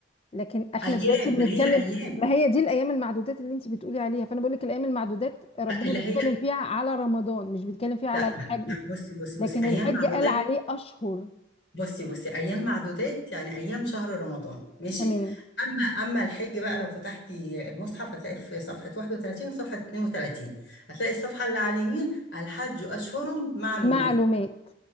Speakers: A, on the left (about 30°); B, on the left (about 75°).
A: لكن احنا
B: ايام
A: دلوقتي بنتكلم
B: ما هي ايام
A: ما هي دي الايام المعدودات اللي انت بتقولي عليها فانا بقول لك الايام المعدودات ربنا
B: اللي
A: بيتكلم
B: هي
A: فيها على رمضان مش بيتكلم فيها على
B: لا
A: الحج
B: لا لا، بصي بصي بصي
A: لكن
B: ايام
A: الحج
B: معدودات
A: قال عليه اشهر
B: بصي بصي ايام معدودات يعني ايام شهر رمضان ماشي
A: تمام
B: اما اما الحج بقى لو فتحتي المصحف هتلاقي في صفحه 31 وصفحه 32 هتلاقي الصفحه اللي على اليمين الحج اشهر معلومات
A: معلومات